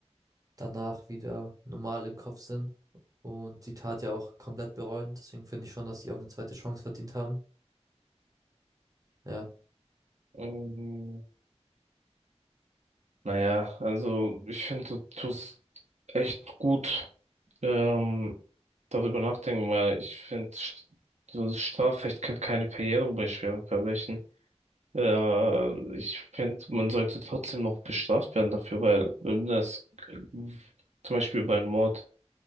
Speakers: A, on the right; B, on the right.
A: danach wieder normal im Kopf sind und die Tat ja auch komplett bereuen. Deswegen finde ich schon, dass die auch eine zweite Chance verdient haben. Ja.
B: Ähm, naja, also ich finde, du tust echt gut ähm, darüber nachdenken, weil ich finde, so das Strafrecht kennt keine Verjährung bei schweren Verbrechen. Äh, ich finde, man sollte trotzdem noch bestraft werden dafür, weil wenn das äh, zum Beispiel beim Mord